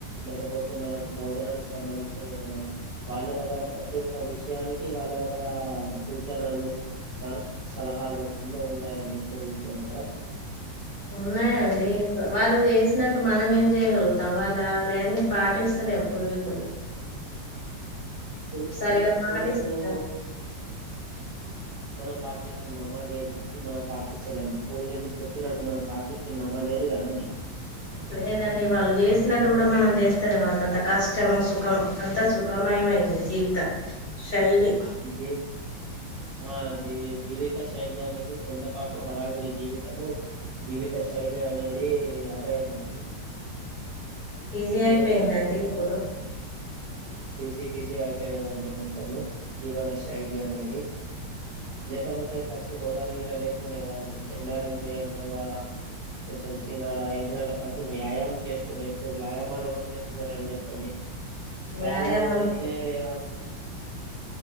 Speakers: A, on the right; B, on the left.
A: లేకపోతే మనకు భోజనానికి సంబంధించిన ఏమైనా వాళ్ళ దగ్గర ప్రతి ఒక్క విషయానికి వాళ్ళ దగ్గర సూచనలు ఆ సలహాలు ఎన్నో ఉన్నాయండి పూర్వికుల దగ్గర
B: ఉన్నయ అండి వాళ్ళు చేసినట్టు మనమేం చేయగలుగుతాం వాళ్ళ వాళయన్ని పాటిస్తలేం పూర్వీకులు
A: పురి
B: సరిగా
A: పురి పొరియప్పులో
B: పాటిస్త
A: మనం పాటిస్తున్నామా లేదు ఇప్పు మనం పాటిచలేము పూర్వీకులు చెప్పినట్టు మనం పాటిస్తున్నామా లేదు గానండి
B: ఇప్పుడేందండి వాళ్ళు చేస్ వచ్చినట్టు గూడా మనం చేస్తాడే మనకంత కష్టము సుఖం అంత సుఖమయమయింది జీవిత కైది
A: జీ ఆ జీవి జీవిత శైలి అనేది కొందపాటు హడావిడి జీవితము జీవిత శైలి అనేది అదైందండి
B: ఈజీ అయిపోయిందండి
A: లేక లేకపోత్
B: ఇప్పుడు
A: బిజీ బిజీ అయిపోయినదండి మొత్తము జీవన శైలి అనేది లేకపోతే ఫస్ట్ మొదలు ఇలా లేకుండే గదండి తెల్లారి ఉదయం లేవాలా కొంచెం తినాలా ఏంటిదంటే ఫస్ట్ వ్యాయామం చేస్తుండే ఇప్పుడు వ్యాయామాలు ఎవరు చేస్తునరండి చెప్పండి?
B: వ్యాయామం
A: వ్యాయామాలు చేస్తే
B: లే-
A: అది